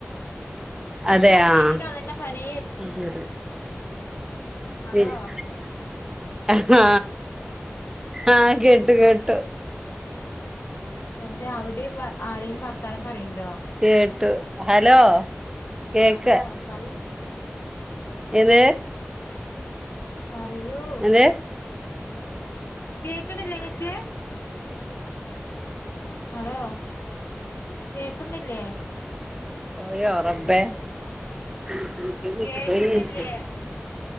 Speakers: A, on the right; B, on the left.
A: അതേ
B: എന്റെ ഹസ്ബൻഡിനും
A: ആഹ്
B: അതന്നെ പണി
A: <unintelligible>
B: ഹലോ
A: <unintelligible> ആഹ് ആഹ് കേട്ടു കേട്ടു.
B: എന്തേ അവടേം ആരേലും വർത്താനം പറയണ്ടോ?
A: കേട്ടു ഹലോ കേക്ക
B: ഹലോ പറി
A: ഏത്
B: പറയൂ.
A: എന്ത്
B: കേക്ക്ണല്യേ ങ്ങക്ക്? ഹലോ കേക്ന്നില്ല്യേ
A: പോയോ റബ്ബേ <unintelligible>
B: കേക്കുന്നില്ലേ